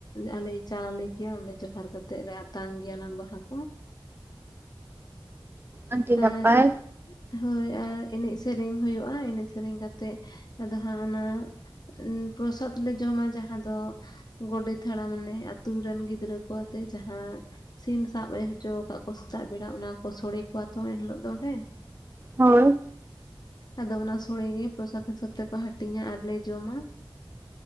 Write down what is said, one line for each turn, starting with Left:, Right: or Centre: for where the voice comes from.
Left: ᱟᱞᱮ ᱪᱟᱞ ᱟᱞᱮ ᱜᱮᱭᱟ ᱚᱸᱰᱮ ᱡᱚᱦᱟᱨ ᱠᱟᱛᱮᱜ ᱞᱮ ᱟᱛᱟᱝ ᱜᱮᱭᱟ ᱚᱱᱟ ᱵᱟᱦᱟ ᱠᱚ
Right: ᱟᱰᱤ ᱱᱟᱯᱟᱭ
Left: ᱟᱨ ᱦᱳᱭ ᱟᱨ ᱮᱱᱮᱡ ᱥᱮᱨᱮᱧ ᱦᱩᱭᱩᱜᱼᱟ ᱮᱱᱮᱡ ᱥᱮᱨᱮᱧ ᱠᱟᱛᱮᱜ ᱟᱫᱚ ᱦᱟᱸᱜ ᱚᱱᱟ ᱩ ᱯᱨᱚᱥᱟᱫᱽ ᱞᱮ ᱡᱚᱢᱟ ᱡᱟᱦᱟᱸ ᱫᱚ ᱜᱚᱰᱮᱫ ᱦᱟᱲᱟᱢ ᱢᱟᱱᱮ ᱟᱛᱩ ᱨᱮᱱ ᱜᱤᱫᱽᱨᱟᱹ ᱠᱚ ᱟᱛᱮᱜ ᱡᱟᱦᱟ ᱥᱤᱢ ᱥᱟᱵ ᱦᱚᱪᱚ ᱠᱟᱜ ᱠᱚ ᱥᱮᱛᱟᱜ ᱵᱮᱲᱟ ᱚᱱᱟ ᱠᱚ ᱥᱳᱲᱮ ᱠᱚᱣᱟ ᱛᱚ ᱮᱱᱦᱤᱞᱳᱜ ᱫᱚ ᱚᱸᱰᱮ
Right: ᱦᱳᱭ
Left: ᱟᱫᱚ ᱚᱱᱟ ᱥᱳᱲᱮ ᱜᱮ ᱯᱨᱚᱥᱟᱛ ᱦᱤᱥᱟᱹᱵ ᱛᱮᱠᱚ ᱦᱟᱹᱴᱤᱧᱟ ᱟᱨᱞᱮ ᱡᱚᱢᱟ